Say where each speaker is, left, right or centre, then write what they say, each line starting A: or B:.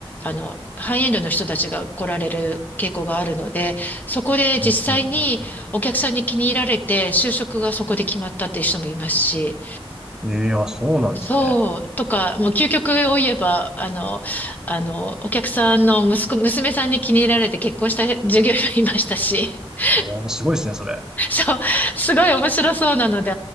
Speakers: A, on the left; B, in the centre.
A: あの、ハイエンドの人たちが来られる傾向があるので、そこで実際にお客さんに気に入られて、
B: うん、うん、うん、
A: 就職がそこで決まったっていう人もいますし、
B: うん。ええ、あ、そうなんですね。
A: そう、とか、もう究極を言えば、あの、あの、お客さんの息子、娘さんに気に入られて結婚した従業員もいましたし、<laughs>
B: ええ、すごいですね、それ。
A: そう、すごい面白そうなので、